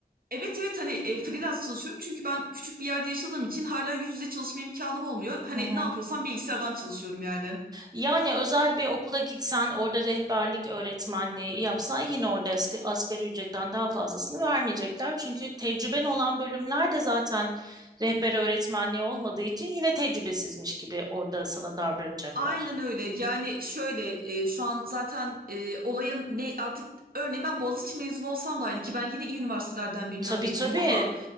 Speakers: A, on the right (about 65°); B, on the right (about 25°).
A: Evet evet hani e, freelance çalışıyorum çünkü ben küçük bir yerde yaşadığım için hala yüz yüze çalışma imkanım olmuyor. Hani
B: Hı hı.
A: ne yapıyorsam bilgisayardan çalışıyorum yani.
B: Yani özel bir okula gitsen, orada rehberlik öğretmenliği yapsan yine orada asg- asgari ücretten daha fazlasını vermeyecekler. Çünkü tecrüben olan bölümler de zaten rehber öğretmenliği olmadığı için yine tecrübesizmiş gibi orada sana davranacaklar.
A: Aynen öyle. Yani şöyle e, şu an zaten e, olayın ne artık örneğin ben Boğaziçi mezunu olsam da aynı ki ben yine iyi üniversitelerden birinden
B: Tabii
A: mezunum
B: tabii.
A: ama